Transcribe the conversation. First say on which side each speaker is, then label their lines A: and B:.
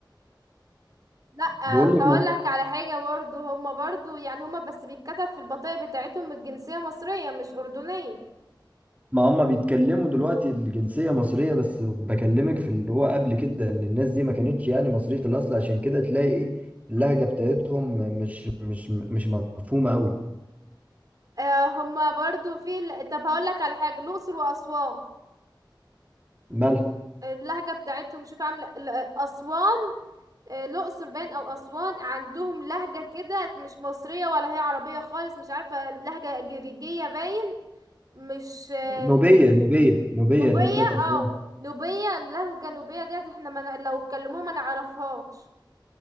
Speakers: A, on the right; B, on the right.
A: لا
B: بيقول لك
A: هقول
B: ما
A: لك على حاجة برضو هما برضو يعني هما بس بيتكتب في البطاقة بتاعتهم الجنسية مصرية مش أردنية
B: ما هم بيتكلموا دلوقتي الجنسية مصرية بس بكلمك في اللي هو قبل كده ان الناس دي ما كانتش يعني مصرية الأصل عشان كده تلاقي ايه اللهجة بتاعتهم مش مش مش مفهومة قوي
A: آه، هما برضو في ال- طب هقول لك على حاجة الأقصر وأسوان
B: مالها
A: اللهجة بتاعتهم شوف عاملة ال- أسوان آه، الأقصر باين أو أسوان عندهم لهجة كده مش مصرية ولا هي عربية خالص مش عارفة لهجة جريجية باين مش آه،
B: نوبية نوبية نوبية
A: نوبية
B: اللي هي بتاعت أسوان
A: اه نوبية لهجة نوبية ديت احنا ما ن- لو اتكلموها ما نعرفهاش